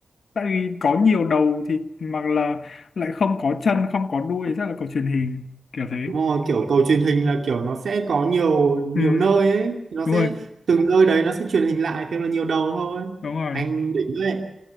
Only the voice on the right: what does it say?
đúng rồi kiểu cầu truyền hình là kiểu nó sẽ có nhiều nhiều
nơi ấy nó
sẽ
từng nơi đấy nó sẽ truyền hình lại thêm là nhiều đầu thôi
anh đỉnh đấy